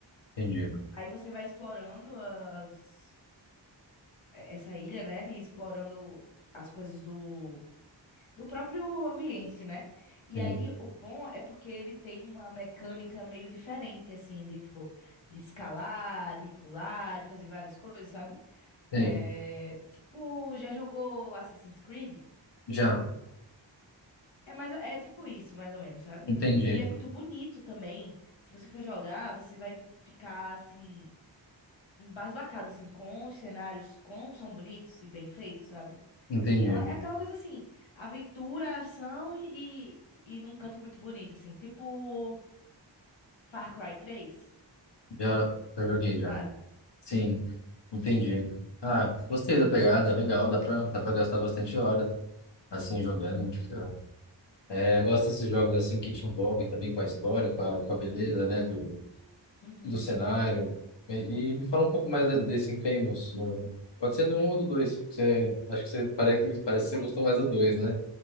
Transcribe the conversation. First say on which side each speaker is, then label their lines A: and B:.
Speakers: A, on the left; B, on the left.
A: Entendi.
B: Aí você vai explorando as... é- essa ilha, né? E explorando as coisas do... do próprio ambiente, né? E
A: Sim.
B: aí o bom é porque ele tem uma mecânica meio diferente, assim, de tipo, de escalar, de pular, de fazer várias coisas, sabe?
A: Sim.
B: É... Tipo, já jogou Assassin's Creed?
A: Já,
B: É mais, é tipo isso, mais ou menos, sabe?
A: entendi.
B: E ele é muito bonito também. Se você for jogar, você vai ficar assim embasbacado assim com os cenários, como são bonitos e bem feitos, sabe?
A: Entendi.
B: É, uma- é aquela coisa assim, aventura, ação e, e, e num canto muito bonito assim, tipo Far Cry 3
A: Já, já joguei já.
B: sabe?
A: Sim, entendi. Ah, gostei da pegada, legal, dá pra, dá pra gastar bastante hora assim jogando. Tipo, é, eu gosto desses jogos assim que te envolvem também com a história, com a, com a beleza, né, do,
B: Uhum.
A: do cenário. E, e me fala um pouco mais de- desse Infamous. o- Pode ser do 1 ou do 2. Você, acho que você parece, parece
B: O
A: que você gostou
B: Inf-
A: mais do dois né?